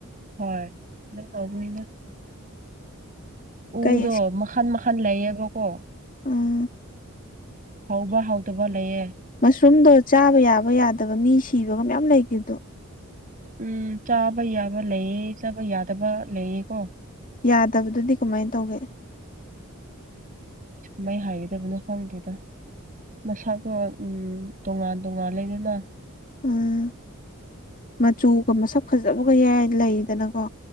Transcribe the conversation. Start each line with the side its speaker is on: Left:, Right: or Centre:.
Right: ꯍꯣꯏ ꯑꯗꯨꯝ ꯑꯒꯅꯤꯗ
Left: ꯀꯩ
Right: ꯎꯗꯣ ꯃꯈꯜ ꯃꯈꯜ ꯂꯩꯌꯦꯕꯀꯣ
Left: ꯎꯥ
Right: ꯍꯧꯕ ꯍꯧꯗꯕ ꯂꯩꯑꯦ
Left: ꯃꯁꯔꯨꯝꯗꯣ ꯆꯥꯕ ꯌꯥꯕ ꯌꯥꯗꯕ ꯃꯤ ꯁꯤꯕꯒ ꯃꯌꯥꯝ ꯂꯩꯈꯤꯕꯗꯣ
Right: ꯎꯝ ꯆꯥꯕ ꯌꯥꯕ ꯂꯩꯑ ꯆꯥꯕ ꯌꯥꯗꯕ ꯂꯩꯌꯦꯀꯣ
Left: ꯌꯥꯗꯕꯗꯗꯤ ꯀꯃꯥꯏꯅ ꯇꯧꯒꯦ
Right: ꯃꯩ ꯍꯥꯏꯒꯗꯕꯅꯣ ꯈꯪꯗꯦꯗ ꯃꯁꯥꯇꯣ ꯇꯣꯉꯥꯟ ꯇꯣꯉꯥꯟ ꯂꯩꯗꯅ
Left: ꯎꯝ ꯃꯆꯨꯒ ꯃꯁꯛ ꯐꯖꯕꯒ ꯌꯥꯏ ꯂꯩꯗꯅꯀꯣ